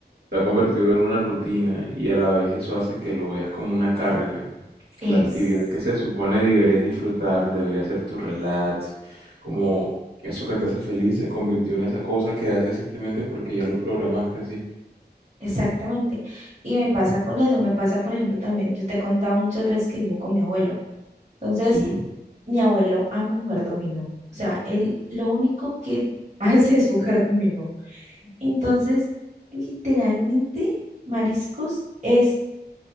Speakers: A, on the right; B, on the right.
A: Se ha convertido en una rutina y a la vez eso hace que lo veas como una carga.
B: Es.
A: La actividad que se supone deberías disfrutar, debería ser tu relax, como eso que te hace feliz se convirtió en esa cosa que haces simplemente porque ya lo programaste así.
B: Exactamente. Y me pasa con eso, me pasa, por ejemplo, también, yo te he contado muchas veces que vivo con mi abuelo. Entonces,
A: Sí,
B: Mi abuelo ama jugar dominó. O sea, él lo único que <laughs> hace es jugar dominó. Entonces, literalmente, mariscos es